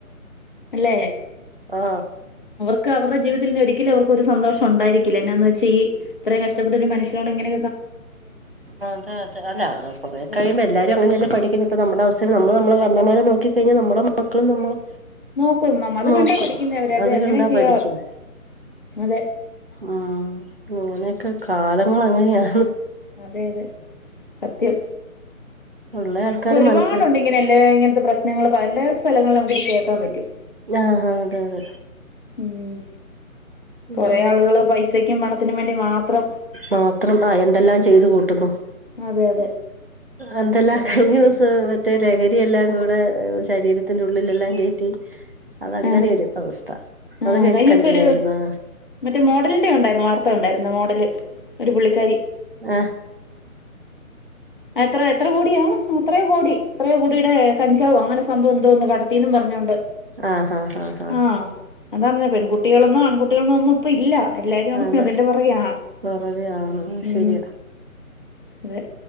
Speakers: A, on the left (about 35°); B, on the right (about 40°).
A: അല്ലേ?
B: ആ
A: ക്കവരുടെ ജീവിതത്തിൽ ഇനി ഒരിക്കലും അവർക്ക് ഒരു സന്തോഷൊണ്ടായിരിക്കില്ല എന്നാന്ന് വെച്ചാ ഈ ഇത്രയും കഷ്ടപ്പെട്ട ഒരു മനഷ്യനോടിങ്ങനെ
B: അതെ അതെ, അല്ല കൊറേ
A: അതെ
B: കഴിയുമ്പ എല്ലാരും അങ്ങനെയല്ലേ പഠിക്കുന്നെ ഇപ്പ നമ്മുടെ അവസ്ഥേൽ നമ്മള് നമ്മളെ കാർന്നോമ്മാരെ നോക്കി കഴിഞ്ഞാ നമ്മുടെ മക്കളും നമ്മളെ
A: നോക്കും നമ്മ അത്
B: നോക്കും,
A: കണ്ടാ പഠിക്കുന്നേ അവര്
B: അത്
A: അങ്ങനെ
B: കണ്ടാ
A: ചെയ്യാ
B: പഠിക്കുന്നെ.
A: അതെ
B: ഉം അങ്ങനെയൊക്കെ, കാലങ്ങളങ്ങനെയാണ്.
A: അതെ അതെ സത്യം.
B: ഉള്ള ആൾക്കാര്
A: ഇപ്പ ഒരുപാടുണ്ട്
B: മനസ്സി
A: ഇങ്ങനെല്ലേ, ഇങ്ങനത്തെ പ്രശ്നങ്ങള് പല സ്ഥലങ്ങളിലും നമുക്ക് ഇത് കേക്കാൻ പറ്റും.
B: ആ ആ അതെ അതെ.
A: ഉം
B: ഉം
A: കൊറേ ആളുകള് പൈസക്കും പണത്തിനും വേണ്ടി മാത്രം
B: മാത്രം ആ എന്തെല്ലാം ചെയ്തു കൂട്ടുന്നു.
A: അതെ അതെ
B: എന്തെല്ലാം,
A: അതന്നെ
B: കഴിഞ്ഞ ദിവസം മറ്റേ ല ലഹരി എല്ലാം കൂടെ ശരീരത്തിന്റെ ഉള്ളിലെല്ലാം കേറ്റി അതങ്ങനെയൊരു
A: ആഹ്
B: അവസ്ഥ.
A: ആഹ്
B: അത് കേട്ട്
A: കഴിഞ്ഞ
B: കണ്ടില്ലായിരുന്നോ?
A: ദിവസം ഒരു മറ്റേ മോഡലിന്റെ കണ്ടായിരുന്നു വാർത്ത കണ്ടായിരുന്നു മോഡല് ഒരു പുള്ളിക്കാരി
B: ആ
A: എത്ര എത്ര കോടിയാണ്, എത്രയോ കോടി, എത്രയോ കോടിയടെ കഞ്ചാവൊ അങ്ങനെ സംഭവം എന്തോഒന്ന് കടത്തീന്നും പറഞ്ഞോണ്ട്
B: ആഹ് ആഹ് ആഹ് ആഹ്
A: ആ അതാന്നെ പ പെൺകുട്ടികളെന്നോ ആൺകുട്ടികളെന്നോ ഒന്നും ഇപ്പ ഇല്ല. എല്ലാരും
B: അതെ
A: അതിന്റെ പുറകെയാ,
B: പുറകെ ആണ്
A: ഉം
B: ശരിയാ
A: അതെ.